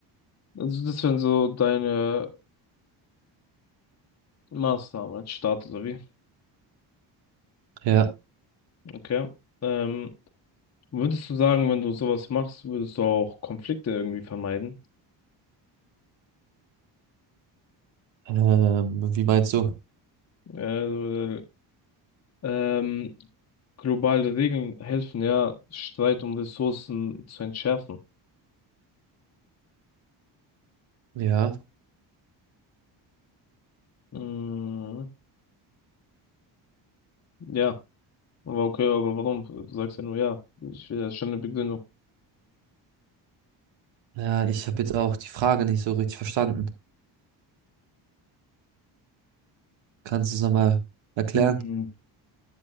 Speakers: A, on the left; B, on the right.
A: Also das wären so deine Maßnahmen als Staat oder wie?
B: Ja,
A: Okay. Ähm, würdest du sagen, wenn du sowas machst, würdest du auch Konflikte irgendwie vermeiden?
B: ähm, wie meinst du?
A: Äh, ähm, globale Regeln helfen ja, Streit um Ressourcen zu entschärfen.
B: Ja,
A: Mm, ja, aber okay, aber warum? Du sagst ja nur ja. Ich will ja schon eine Begründung.
B: ja, ich habe jetzt auch die Frage nicht so richtig verstanden. Kannst du es nochmal erklären?
A: Mhm.